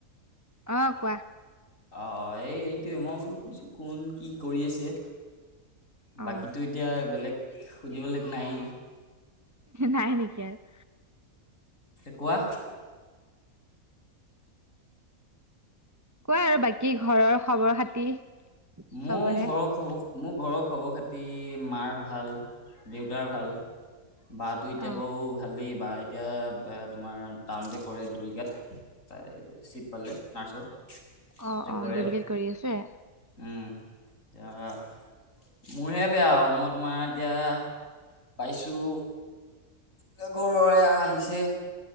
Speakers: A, on the right; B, on the left.
A: অ', কোৱা।
B: অ', এই এইটোৱে মই বোলো সুধিছো কোন কি কৰি আছে।
A: অ
B: বাকীটো এতিয়া বেলেগ সুধিবলৈ একো নাই।
A: নাই নেকি আৰু?
B: তে কোৱা
A: কোৱা আৰু বাকী ঘৰৰ খবৰ খাতি।
B: মোৰ
A: চবৰে
B: ঘৰৰ খব মোৰ ঘৰৰ খবৰ খাত প্ৰতি মাৰ ভাল দেউতাৰ ভাল বাটো এতিয়া
A: অ
B: বাৰু ভালেই। বা এতিয়া তোমাৰ টাউনতে কৰে দুৰিকাত তাই চিট পালে নাৰ্ছৰ।
A: অ',
B: তাতে
A: অ',
B: কৰে
A: <unintelligible> কেট কৰি আছে।
B: উম, দিয়া মোৰহে বেয়া আৰু মই তোমাৰ এতিয়া পাইছোঁ, ঘৰৰে এয়া আহিছে।